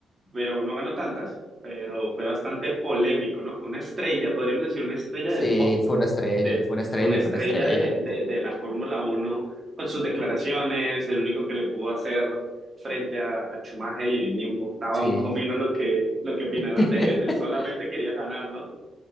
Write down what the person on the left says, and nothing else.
Sí,
fue una estrella,
fue una estrella,
fue una estrella.
Sí.
<laughs>